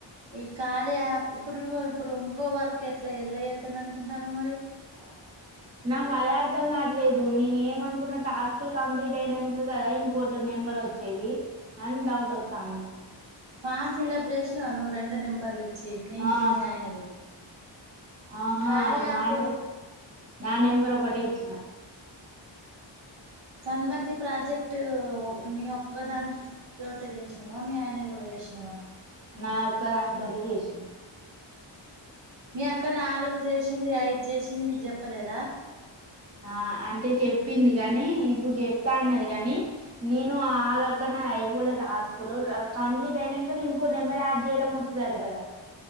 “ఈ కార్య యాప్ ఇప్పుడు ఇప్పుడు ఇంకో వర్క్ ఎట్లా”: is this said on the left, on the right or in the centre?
Right